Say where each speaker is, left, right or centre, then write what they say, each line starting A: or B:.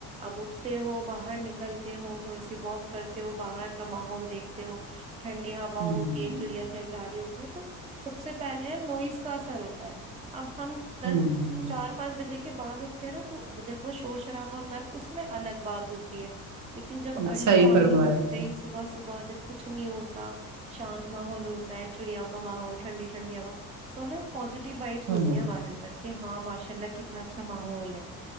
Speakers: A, on the right; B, on the right.
A: اب اٹھتے ہو باہر نکلتے ہو تھوڑی سی واک کرتے ہو باہر کا ماحول دیکھتے ہو ٹنڈی ہوا
B: ہوں
A: ہوتی ہے چڑیا چے چہاری ہوتی ہے تو سب سے پہلے نوائز کا اثر ہوتا ہے اب ہم
B: ہوں
A: چار پانچ بجے کے بعد اٹھتے ہیں نا تو جب وہ شور شرابہ ہوتا ہے اس الگ بات ہوتی ہے لیکن جب ارلی
B: صحیح
A: مارننگ
B: فرمایا
A: اٹھتے
B: ہوں
A: ہی صبح صبح جب کچھ نہیں ہوتا شانت ماحول ہوتا ہے چڑیا محول ٹنڈی ٹنڈی ہؤا تو نا پزیٹیو وائبس ہوتی
B: ہوں
A: ہے ہمارے اندر کہ ہاں ماشاء اللہ کتنا اچھا ماحول ہے